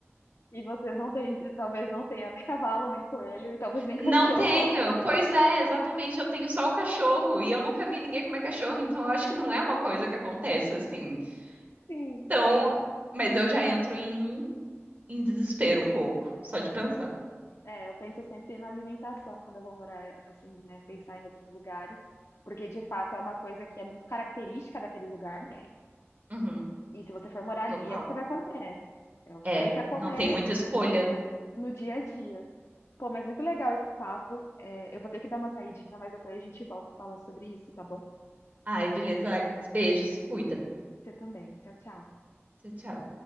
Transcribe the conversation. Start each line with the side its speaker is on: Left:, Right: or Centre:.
Left: E você não tem, talvez não tenha nem cavalo, nem coelho, e talvez nem cachorro.
Right: Não tenho. Pois é, exatamente. Eu tenho só o cachorro e eu nunca vi ninguém comer cachorro, então eu acho que não é uma coisa que acontece assim.
Left: <laughs> Sim,
Right: Então,
Left: sim.
Right: mas eu já entro em, em desespero um pouco, só de pensar.
Left: É, eu penso sempre na alimentação quando eu vou morar, assim, né? Pensar em outros lugares, porque de fato é uma coisa que é muito característica daquele lugar, né?
Right: Uhum,
Left: E se você for morar ali,
Right: total.
Left: é o que você vai comer, né? É o que
Right: É,
Left: tem pra comer
Right: não tem muita escolha.
Left: no dia a dia. Pô, mas muito legal esse papo. É, eu vou ter que dar uma saidinha, mas depois a gente volta a falar sobre isso, tá bom?
Right: Ai, beleza, Agnes. Beijo, se cuida.
Left: Você também. Tchau, tchau.
Right: Tchau, tchau.